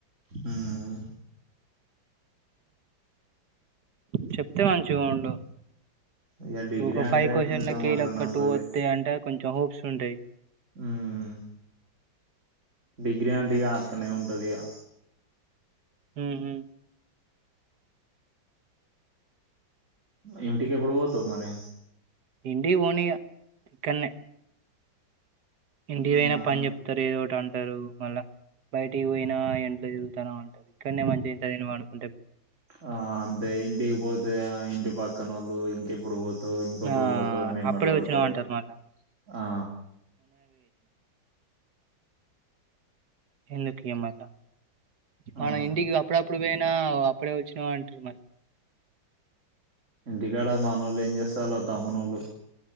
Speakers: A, on the right (about 35°); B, on the right (about 60°).
A: హ్మ్
B: చెప్తే మంచిగా ఉండు
A: ఇక డిగ్రీ
B: ఒక
A: అంటే
B: ఫైవ్ కోషన్లకి
A: కొంచెం అట్లనే
B: లేక్క
A: ఉంటది
B: టూ వత్తే. అంటే కొంచెం హోప్స్ ఉంటాయి
A: ఉమ్, డిగ్రీ అంటిగా ట్లనే ఉంటదిగా
B: హ్మ్ హు
A: మా ఇంటిగేభుడు పోతావ్ మరి
B: ఇంటికి పోనీగ ఇక్కనే ఇంటికి
A: ఉమ్,
B: పోయినా
A: నాన్న
B: పని చెప్తారు ఏదోటి అం టారు మళ్ళా. బయటికి పోయినా ఎంత దిరుగుతానవ్ అన్. ఇక్కడనే మంచిగ ఇంట్లా తిని పన్
A: ఆ అంతే ఇంటికి పోతే ఆ ఇన్ టి పక్కనోళ్ళు ఇంకెప్పుడు పో తవ్ ఇంకొప్పుడు
B: ఆ!
A: పోత ఆనే
B: అప్పుడే
A: మటపడతారు
B: వచ్చినవంటరు మళ్ళా.
A: ఆ
B: ఎందుకీయం మల్ల మన
A: ఆ
B: ఇంటిగి అప్పుడప్పుడు పేన్ నా అప్పుడే వచ్చిన అంటారు మళ్
A: ఇంటికాడ మానోళ్ళు ఎంస్సలా తమ్ముళ్ళు